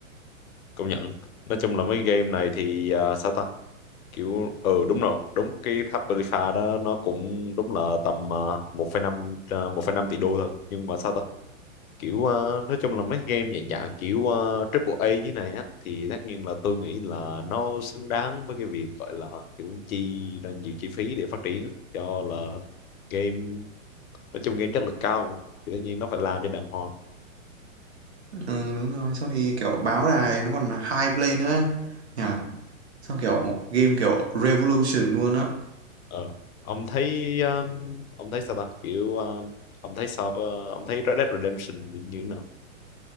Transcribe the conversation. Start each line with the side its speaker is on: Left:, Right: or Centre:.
Left: công nhận nói chung là mấy game này thì à, sao ta kiểu ừ đúng rồi đúng cái tháp Potiphar đó nó cũng đúng là tầm uh, 1,5 uh, một phẩy năm tỷ đô thôi nhưng mà sao ta kiểu à, nói chung là mấy game dạng dạng kiểu uh, triple A dưới này á thì tất nhiên là tôi nghĩ là nó xứng đáng với cái việc gọi là kiểu chi ra nhiều chi phí để phát triển á. cho là game nói chung game chất lượng cao mà thì tất nhiên nó phải làm cho đàng hoàng
Right: ừ, đúng rồi xong thì kiểu báo đài nó còn là high play nữa nhà. xong kiểu game kiểu revolution luôn á
Left: Ờ. Ông thấy um, ông thấy sao ta kiểu um, ông thấy sao ờ, ông thấy Red Dead Redemption thì như thế nào